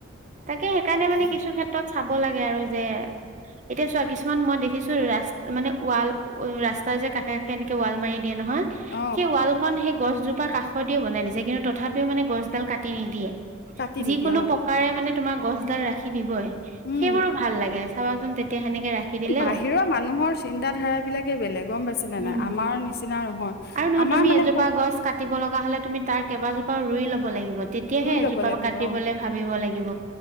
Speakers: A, on the right; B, on the left.
A: তাকে সেইকাৰণে মানে কিছু ক্ষেত্ৰত চাব লাগে আৰু যে, এতিয়া চোৱা কিছুমান মই দেখিছো ৰাছ মানে ৱাল ৰাস্তাৰ যে কাষে কাষে এনেকে ৱাল মাৰি দিয়ে নহয়,
B: অ
A: সেই ৱাল খন সেই গছজোপা কাষৰ দিয়ে বনাই দিছে কিন্তু তথাপিও মানে গছডাল কাটি নিদিয়ে।
B: কাটি
A: যিকোনো
B: নিদিয়ে অ
A: প্ৰকাৰে মানে তোমাৰ গছডাল ৰাখি দিবই,
B: উম
A: সেইবোৰো ভাল লাগে। চাবাচোন তেতিয়া সেনেকে ৰাখি দিলেও
B: বাহিৰৰ মানুহৰ চিন্তা ধাৰাবিলাকে বেলেগ গম পাইছা? নিচিনা
A: উম
B: নাই। আমাৰ নিচিনা নহয়,
A: আৰু
B: আমাৰ
A: তুমি
B: মানে
A: এজোপা
B: সৰু
A: গছ কাটিব লগা হ'লে তুমি তাৰ কেইবাজোপা ৰুই ল'ব লাগিব, তেত তেতিয়াহে
B: ৰুই
A: এজোপা
B: ল'ব লাগিব
A: কাটিবলে
B: অ
A: ভাবিব লাগিব,